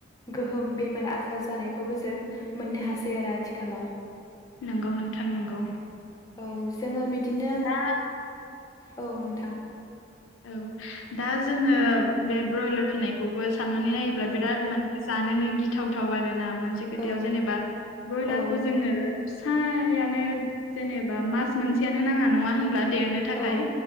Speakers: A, on the left; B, on the left.
A: गोहोम बेमार आजार जानायखौबो जों मोननो हासै आरो आथिखालाव
B: नोंगौ नोंथां नोंगौ
A: । औ जोङो बिदिनो
B: दा
A: औ नोंथां
B: औ दा जोङो बे ब्रयलार फिसिनायखौबो साननानै नायोब्ला
A: उम
B: बिराद मानसिनि जानोनो गिथावथाव आरोना मोनसे खोथायाव
A: औ
B: जेनेबा ब्रयलारखौ
A: औ
B: जोङो फिसायानो जेनेबा मास मोनसेयानो नाङा नङा होनब्ला देरनो थाखाय
A: औ